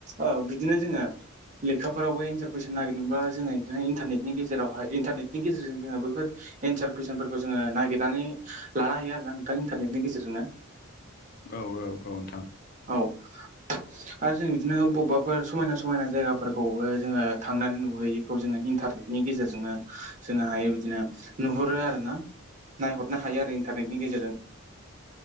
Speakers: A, on the right (about 35°); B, on the left (about 45°).
A: ओ बिदिनो जोंङा लेखाफोरावबो एार कुइस निरा जो इन्टारनेनि गेजेरावहाय इन्टारनेटनि गेजेरजों जोंङो बेफोर एनसार कुइसनफोरखौ जोंङो नागिरनानै लानो हायो आरो ना नोंथां इन्टारनेतनि गेजेरजोंनो
B: औ औ औ नोंथां
A: औ आरो जों बिदिनो बबेबाफोर समायना समायना जायगाफोरखौबो जोंङो थांनानै नुहैयो बेखौ जोंङो इन्टारनेटनि गेजेरजोंनो जोंङो हायो बिदिनो नुहरो आरो ना नायहरनो हायो आरो इन्टारनेट नि गेजेरजों